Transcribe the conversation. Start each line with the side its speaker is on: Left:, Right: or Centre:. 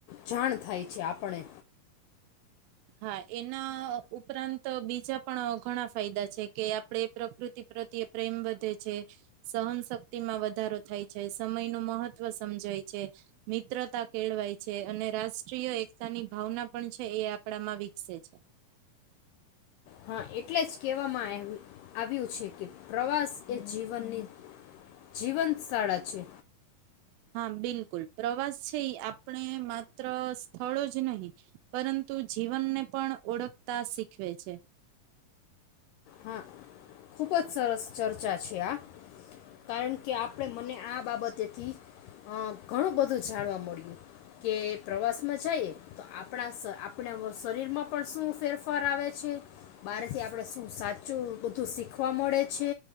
Left: જાણ થાય છે આપણે.
Right: હા એના ઉપરાંત બીજા પણ ઘણા ફાયદા છે કે આપડે પ્રકૃતિ પ્રત્યે પ્રેમ વધે છે, સહનશક્તિમાં વધારો થાય છે, સમય નું મહત્વ સમજાય છે, મિત્રતા કેળવાય છે અને રાષ્ટ્રીય એકતાની ભાવના પણ છે એ આપણામાં વિકસે છે.
Left: હા એટલે જ કહેવામાં આવ આવ્યું છે કે પ્રવાસ એ જીવનની જીવંત શાળા છે.
Right: હા બિલકુલ પ્રવાસ છે એ આપણે માત્ર સ્થળો જ નહી પરંતુ જીવનને પણ ઓળખતા શીખવે છે.
Left: હા ખુબ જ સરસ ચર્ચા છે આ. કારણ કે આપણે મને આ બાબતેથી અ ઘણું બધું જાણવા મળ્યું કે પ્રવાસ માં જઈએ તો આપણા આપણા શરીર માં પણ શું ફેરફાર આવે છે, બહારથી આપણે શું સાચ ચુ બધું શીખવા મળે છે